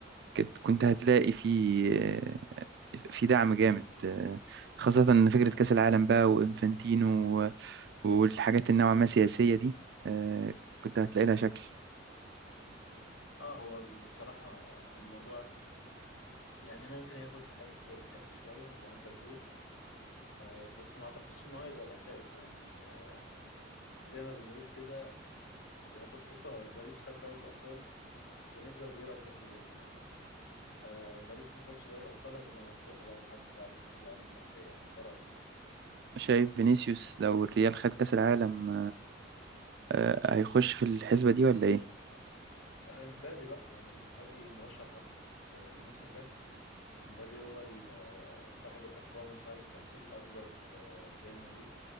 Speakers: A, on the right; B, on the left.
A: كت- كنت هتلاقي في آه، في دعم جامد آه، خاصة إن فكرة كأس العالم بقى وإنفانتينو والحاجات النوعا ما سياسية دي آه، كنت هتلاقي لها شكل
B: اه هو بصراحة الموضوع يعني ممكن ياخد حيز سياسي شوية زي ما انت بتقول آه بس ما اعتقدش ان هو هيبقى الاساس يعني آه زي ما بنقول كده يعني باختصار باريس خد دوري الابطال بنسبة كبيرة هتروح لديمبلي آه باريس ما خدش دوري الابطال هتبقى مفتوحة بقى لحد بعد كاس العالم للأندية يعني ده رأيي
A: شايف فينيسيوس لو الريال خد كأس العالم آه، هيخش في الحسبة دي ولا ايه
B: آه، امبابي بقى يعني امبابي مرشح أكتر. آه، الموسم ده امبابي هو ال- آه، صاحب الارقام وصاحب التأثير الاكبر في في ريال مدريد